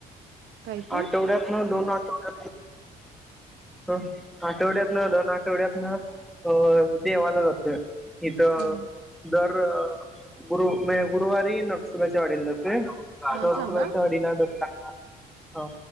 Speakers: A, on the right; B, in the centre.
A: काय ते
B: आठवड्यांतून दोन आठव <unintelligible> आठवड्यात न दोन आठवड्यात न अह देवाला जातोय इथ
A: ह
B: दर गुरु म्हणजे गुरुवारी नरसोबाच्या वाडीला जातोय हा
A: ह
B: नरसोबाच्या
A: थांबा
B: वाडीला जाता, हो.